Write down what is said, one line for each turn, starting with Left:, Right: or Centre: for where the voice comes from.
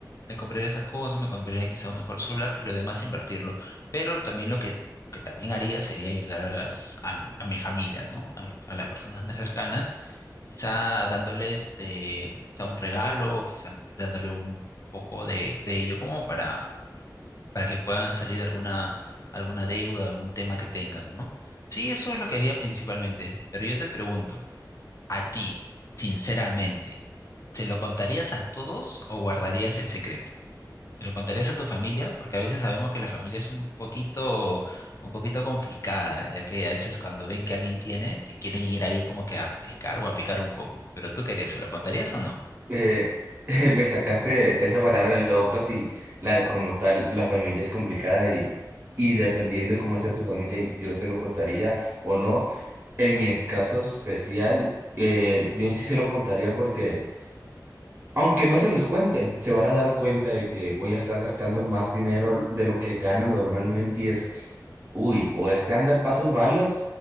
Left: me compraría esas cosas, me compraría quizá un mejor celular y lo demás invertirlo. Pero también lo que, que también haría sería ayudar a las, a, m- a mi familia, ¿no? A, mi- a las personas más cercanas, quizá dándoles este, quizá un regalo, quizá dándole un poco de, de ello como para, para que puedan salir de alguna, alguna deuda, algún tema que tengan, ¿no? Sí, eso es lo que haría principalmente. Pero yo te pregunto, a ti, sinceramente, ¿se lo contarías a todos o guardarías el secreto? ¿Te lo contarías a tu familia? Porque a veces sabemos que la familia es un poquito, un poquito complicada, ya que a veces cuando ven que alguien tiene, que quieren ir ahí como que a pescar o a picar un poco. Pero tú querías, ¿se lo contarías o no?
Right: Eh, <laughs> me sacaste esa palabra loco, si la, como tal, la familia es complicada y, y dependiendo de cómo sea tu familia, yo se lo contaría o no. En mi caso especial, eh, yo sí se lo contaría porque, aunque no se los cuente, se van a dar cuenta de que voy a estar gastando más dinero de lo que gano normalmente y es, uy, o este anda en pasos malos